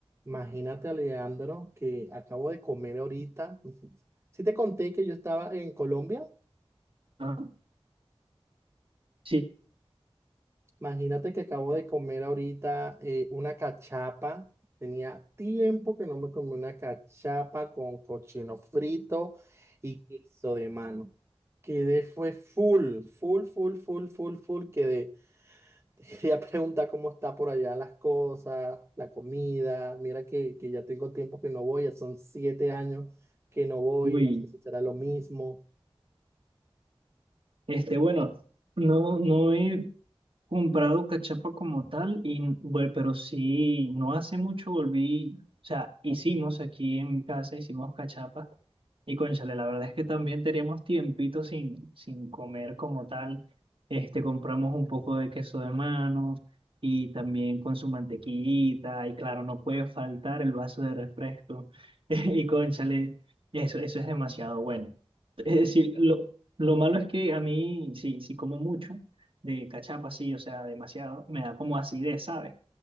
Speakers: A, on the right; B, on the right.
A: Imagínate, Alejandro, que acabo de comer ahorita. <laughs> Si te conté que yo estaba en Colombia,
B: Ah, sí,
A: imagínate que acabo de comer ahorita eh, una cachapa. Tenía tiempo que no me comí una cachapa con cochino frito y queso de mano. Quedé, fue full, full, full, full, full, full. Quedé <laughs> Te quería preguntar cómo está por allá las cosas, la comida. Mira que, que ya tengo tiempo que no voy, ya son siete años que no voy,
B: uy,
A: no sé si será lo mismo.
B: este, bueno, no, no he, comprado cachapa como tal, y, bueno, pero sí, no hace mucho volví, o sea, hicimos aquí en mi casa, hicimos cachapa, y cónchale, la verdad es que también teníamos tiempito sin, sin comer como tal, este, compramos un poco de queso de mano, y también con su mantequillita, y claro, no puede faltar el vaso de refresco, <laughs> y cónchale, eso, eso es demasiado bueno. Es decir, lo, lo malo es que a mí, sí, sí como mucho, de cachapa, sí, o sea, demasiado, me da como acidez, ¿sabes?